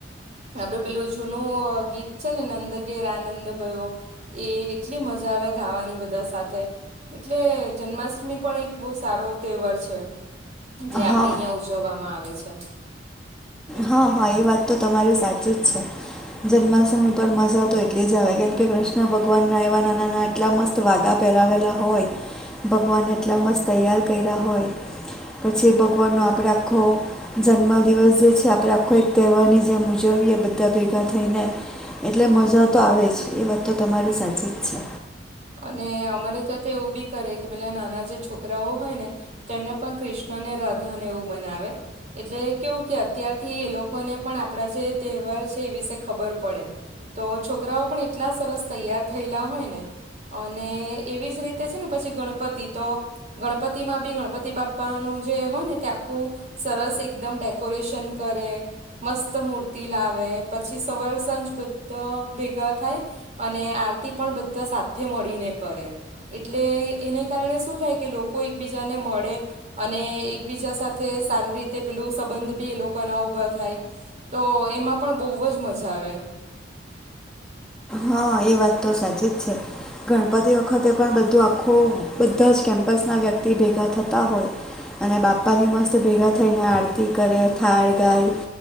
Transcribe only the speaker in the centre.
હા
હા હા એ વાત તો તમારી સાચી જ છે જન્માષ્ટમી પર મજા તો એટલી જ આવે કેમકે કૃષ્ણ ભગવાનના એવા નાનાના એટલા મસ્ત વાદા પહેરાવેલા હોય ભગવાન એટલા મસ્ત તૈયાર કર્યા હોય પછી ભગવાનનો આપણે આખો જન્મદિવસ જે છે. આપણે આખો એક તહેવારની જેમ ઉજવીએ બધા ભેગા થઈને એટલે મજા તો આવે જ એ વાત તો તમારી સાચી જ છે.
હા એ વાત તો સાચી જ છે ગણપતિ વખતે પણ બધું આખું બધા જ કેમ્પસ ના વ્યક્તિ ભેગા થતા હોય અને બાપાની મસ્ત ભેગા થઈને આરતી કરે થાળ ગાય